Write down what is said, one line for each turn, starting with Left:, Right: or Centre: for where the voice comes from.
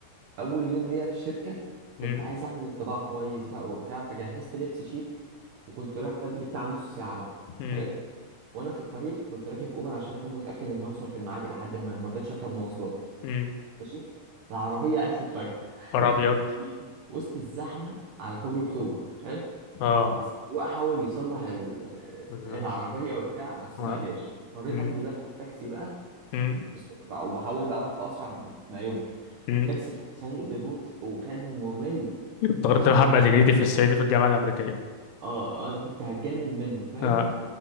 Right: اول يوم ليا في الشركه كنت
Left: أمم،
Right: عايز اعمل انطباع كويس بقى وبتاع فجهزت لبس شيك وكنت رايح بدري بتاع نص ساعه بقى
Left: أمم،
Right: حلو وانا في الطريق كنت راكب اوبر عشان اكون متاكد ان هوصل في الميعاد الى حد ما ما رضيتش اركب مواصلات
Left: أمم.
Right: ماشي العربية عطلت فجأة
Left: نهار
Right: <laughs>
Left: ابيض
Right: وسط الزحمة على كوبري أكتوبر حلو
Left: اه
Right: السواق حاول يصلح ال-
Left: لا.
Right: آه، العربية وبتاع بس
Left: آه.
Right: ما قدرش اضطريت
Left: م-
Right: أنزل أركب تاكسي بقى
Left: م-
Right: بس بقى- وبحاول بقى أروح بأسرع ما يمكن
Left: م.
Right: التاكسي كان سايق ببطء وكان ممل
Left: افتكرت
Right: كنت أنا
Left: محمد
Right: هتجنن
Left: هنيدي في الصعيدي في الجامعه الامريكيه
Right: اه انا كنت هتجنن منه فاهم
Left: اه